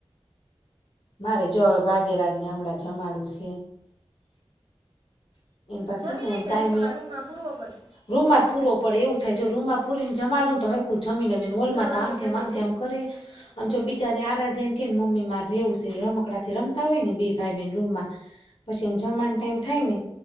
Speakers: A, on the left; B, on the right.
A: મારે જો હવે ભાગ્યરાજને હમણાં જમાડું છે. એની પાસે
B: જમી
A: ને
B: લે
A: એ
B: કે
A: ટાઈમે
B: હજી તમારા રૂમમાં પૂરવો પડે
A: રૂમમાં જ પૂરવો પડે એવું થાય જો રૂમમાં પૂરીને જમાડું ને તો હરખું જમી લે ને વોલમાં
B: હરખું
A: તો આમ તેમ
B: જમી
A: આમ આમથે
B: લે
A: આમ કરે ને
B: હમ
A: જો ટલે જેમ કેમ મમ્મી મારે રેવું છે રમકડા રમતા હોઈને બે ભાઈ બેન રૂમમાં પછી એમ જમવાનું ટાઈમ થાય ને